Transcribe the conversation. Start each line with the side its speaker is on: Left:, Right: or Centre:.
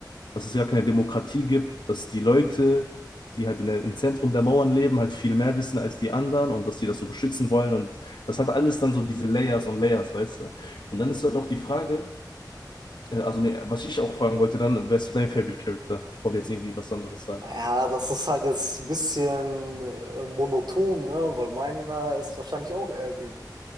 Left: dass es gar keine Demokratie gibt, dass die Leute, die halt in der, im Zentrum der Mauern leben, halt viel mehr wissen als die anderen und dass die das so beschützen wollen. Und das hat alles dann so diese Layers und Layers, weißt du? Und dann
Right: Mhm.
Left: ist halt auch die Frage, äh, also nee, was ich auch fragen wollte, dann wärst du dein Favorite Character, bevor wir jetzt irgendwie was anderes sagen.
Right: Ja, das ist halt jetzt ein bisschen äh, monoton, ne? Weil meiner ist wahrscheinlich auch Erwin.